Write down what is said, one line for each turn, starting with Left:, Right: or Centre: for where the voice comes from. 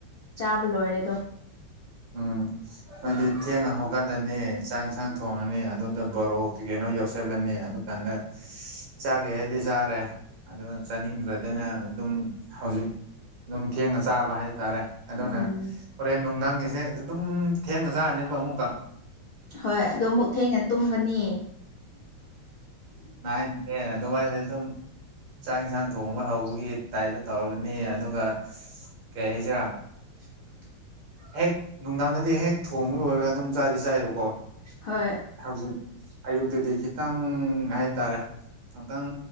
Left: ꯆꯥꯕ ꯂꯣꯏꯔꯦ ꯑꯗꯣ
Right: ꯑꯝ ꯍꯥꯏꯗꯤ ꯊꯦꯡꯉ ꯍꯧꯒꯠꯂꯅꯤ ꯆꯥꯡ ꯏꯟꯁꯥꯡ ꯊꯣꯡꯉꯅꯤ ꯑꯗꯨꯗ ꯕꯣꯔꯣꯛ ꯀꯩ ꯀꯩꯅꯣ ꯌꯧꯁꯜꯂꯅꯤ ꯑꯗꯨ ꯀꯥꯟꯗ ꯆꯥꯒꯦ ꯍꯥꯏꯗꯤ ꯆꯥꯔꯦ ꯑꯗꯨ ꯆꯥꯅꯤꯡꯗ꯭ꯔꯗꯅ ꯑꯗꯨꯝ ꯍꯧꯖꯤꯛ ꯑꯗꯨꯝ ꯊꯦꯡꯉ ꯆꯥꯕ ꯍꯥꯏ ꯍꯥꯏ ꯇꯔꯦ ꯑꯗꯨꯅ
Left: ꯎꯝ
Right: ꯍꯣꯔꯦꯟ ꯅꯨꯡꯊꯪꯒꯤꯁꯦ ꯑꯗꯨꯝ ꯊꯦꯡꯉ ꯆꯥꯔꯅꯦꯕ ꯑꯃꯨꯛꯀ
Left: ꯍꯣꯏ ꯑꯣ ꯃꯨꯛ ꯊꯦꯡꯅ ꯇꯨꯝꯒꯅꯤ
Right: ꯑꯦ ꯑꯗꯨꯗꯨꯕꯏꯗ ꯑꯗꯨ
Left: <unintelligible>
Right: ꯆꯥꯛ ꯏꯟꯁꯥꯡ ꯊꯣꯡꯕ ꯍꯧꯕꯒꯤ ꯇꯥꯏꯇꯨ ꯇꯧꯔꯅꯤ ꯑꯗꯨꯒ ꯀꯩ ꯍꯥꯏꯁꯤꯔꯥ
Left: <unintelligible>
Right: ꯍꯦꯛ ꯅꯨꯡꯗꯥꯡꯗꯗꯤ ꯍꯦꯛ ꯊꯣꯡꯉ ꯂꯣꯏꯔꯒ ꯑꯗꯨꯝ ꯆꯥꯗꯤ ꯆꯥꯏꯕꯀꯣ
Left: ꯍꯣꯏ
Right: ꯍꯧꯖꯤꯛ ꯑꯌꯨꯛꯇꯨꯗꯤ ꯈꯤꯇꯪ ꯍꯥꯏꯇꯥꯔꯦ ꯉꯥꯛꯇꯪ